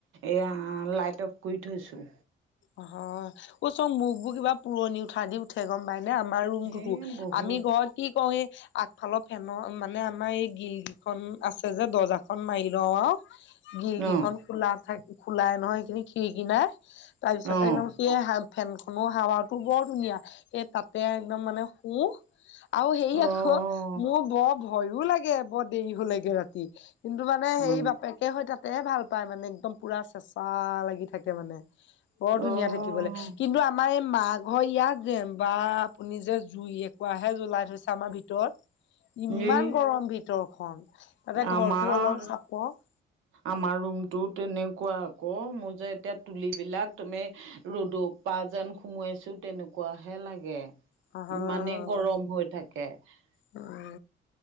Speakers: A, on the right (about 80°); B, on the left (about 70°).
A: এইয়া লাইট অফ কৰি থৈছোঁ।
B: অ চং মোকবোৰ কিবা পুৰণি উঠা দি উ ঠে গম পাইনে আমাৰ ৰুমটোতো
A: এই বহুত
B: আমি ঘৰত কি কৰে এ আগফালৰ ফেন মানে আমাৰ এই গিল কেইখন আছে যে দৰ্জাখন মাৰি লওঁ আৰু। খিৰিকিখন
A: অঁ
B: খোলা থাক খোলাই নহয় সেইখিনি খিৰিকি নাই তাৰ পিছতে
A: অঁ
B: একদম <inaudible> সেই <unintelligible> ফেনখনৰ হাৱাটো বৰ ধুনীয়া সেই তাতে একদম মানে শুওঁ। আৰু হেৰি
A: অঁ
B: আকৌ মোৰ বৰ ভয়ো লাগে বৰ দেৰি হলেগে ৰাতি। <unintelligible> কিন্তু মানে সেই
A: অঁ
B: বাপেকে হয় তাতে ভাল পায় মানে একদম পুৰা চেঁচা লাগি থাকে মানে। <inaudible> বৰ ধুনীয়া
A: অঁ
B: থাকিবলৈ কিন্তু আ <unintelligible> আমাৰ এই মা ঘৰ ইয়াত যে বা আপুনি যে জুই একোৱাহে জ্বলাই থৈছে আমাৰ ভিতৰত। <inaudible> ইমান
A: এই
B: গৰম ভিতৰখন তাতে
A: আমাৰ
B: ঘৰটো অলপ চাপৰ। <inaudible>
A: আমাৰ ৰুমটো তেনেকুৱা আকৌ মোৰ যে এতিয়া তুলিবিলাক তুমি <unintelligible> ৰ'দৰ পা যেন সুমোৱাইছো তেনেকুৱাহে লাগে। <unintelligible>
B: হয় হয়
A: ইমানেই গৰম হৈ থাকে। <unintelligible>
B: উম <inaudible>